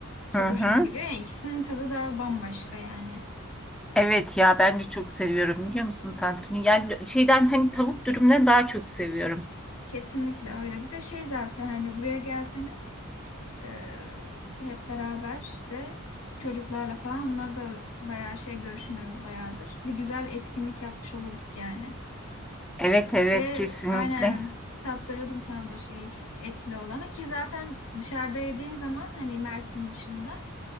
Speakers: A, on the left; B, in the centre.
A: Çok
B: hı
A: hoşuma
B: hı.
A: gidiyor ya. İkisinin tadı da bambaşka yani.
B: Evet ya ben de çok seviyorum biliyor musun tantuni? Yani şeyden hani tavuk dürümden daha çok seviyorum.
A: Kesinlikle öyle. Bir de şey zaten hani buraya gelseniz e, hep beraber işte çocuklarla falan onlar da bayağı şey görüşmüyoruz bayağıdır. Bir güzel etkinlik yapmış olurduk yani.
B: Evet
A: E,
B: evet
A: ve
B: kesinlikle.
A: aynen tattırırdım sana da şey etli olanı ki zaten dışarıda yediğin zaman hani Mersin dışında